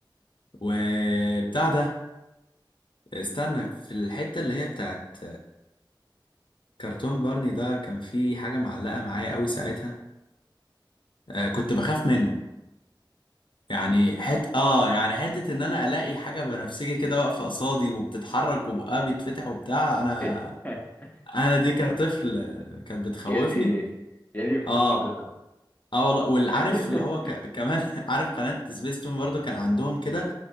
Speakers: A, on the left (about 70°); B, on the left (about 20°).
A: وبتاع ده استنى في الحتة اللي هي بتاعت كرتون بارني ده كان في حاجة معلقة معايا قوي ساعتها آه كنت بخاف منه يعني حت اه يعني حتة ان انا الاقي حاجة بنفسجي كده واقفة قصادي وبتتحرك وبقها بيتفتح وبتاع انا
B: <laughs>
A: انا دي كطفل كانت بتخوفني
B: يا دي يا دي الكسوف
A: اه
B: حضرتك
A: اه والله والعارف
B: <laughs>
A: اللي هو ك... كمان <laughs> عارف قناة سبيس تون برضو كان عندهم كده